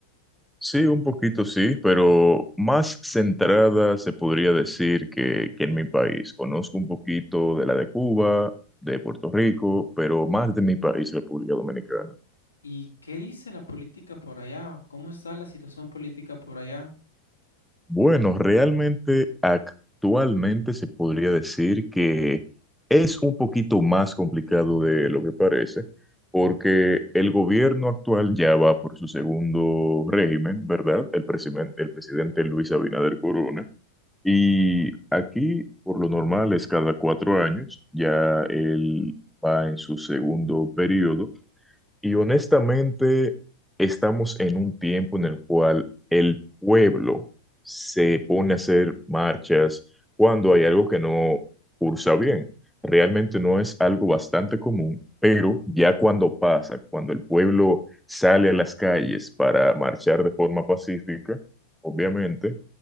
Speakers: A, in the centre; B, on the left (about 75°).
A: Sí, un poquito sí, pero más centrada se podría decir que, que en mi país. Conozco un poquito de la de Cuba, de Puerto Rico, pero más de mi país, República Dominicana.
B: ¿Y qué dice la política por allá? ¿Cómo está la situación política por allá?
A: Bueno, realmente actualmente se podría decir que es un poquito más complicado de lo que parece, porque el gobierno actual ya va por su segundo régimen, ¿verdad? El presidente, el presidente Luis Abinader Corona. Y aquí, por lo normal, es cada cuatro años, ya él va en su segundo periodo. Y honestamente, estamos en un tiempo en el cual el pueblo se pone a hacer marchas cuando hay algo que no cursa bien. Realmente no es algo bastante común, pero ya cuando pasa, cuando el pueblo sale a las calles para marchar de forma pacífica, obviamente,